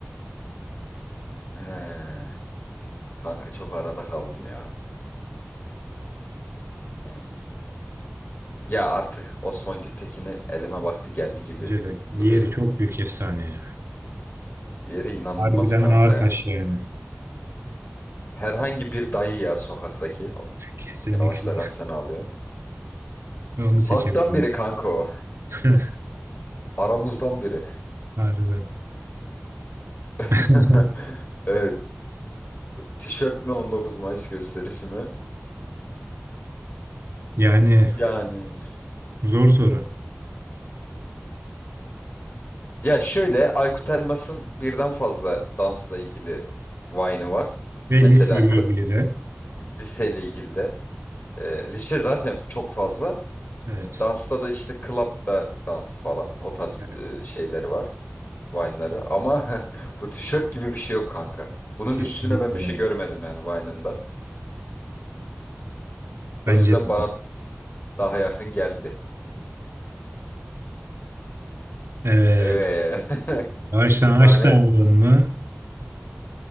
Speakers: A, on the left; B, on the right.
A: He, kanka çok arada kaldım ya. He. Ya artık Osman Gültekin'i elime baktı geldi gibi
B: Bence de. Diğeri
A: duruyor.
B: çok büyük efsane ya.
A: Diğeri inanılmaz
B: Harbiden
A: kanka
B: ağır
A: ya.
B: taş yani.
A: Herhangi bir dayı ya sokaktaki. O-
B: Kesinlikle.
A: Yavaşla gazeteni
B: <laughs>
A: alıyor.
B: Ben Onu seçebilirim.
A: Halktan biri kanka o.
B: <laughs>
A: Aramızdan biri.
B: Harbiden.
A: <laughs>
B: <laughs>
A: Evet. Tişört mü 19 Mayıs gösterisi mi?
B: Yani
A: Yani
B: zor soru.
A: Ya şöyle Aykut Elmas'ın birden fazla dansla ilgili Vine'ı var.
B: Ve
A: Mesela
B: liseyle
A: k-
B: ilgili de.
A: liseyle ilgili de. Ee, lise zaten f- çok fazla.
B: Evet.
A: Dansta da işte club'da dans falan o tarz
B: Evet.
A: e, şeyleri var. Vine'ları ama <laughs> bu tişört gibi bir şey yok kanka. Bunun
B: Kesinlikle.
A: üstüne ben bir şey
B: ya.
A: görmedim yani Vine'ın da.
B: Bence
A: O yüzden
B: de.
A: bana daha yakın geldi.
B: Evet.
A: Evet. <laughs>
B: Ağaçtan
A: İki tane
B: ağaçtan alıyor mu?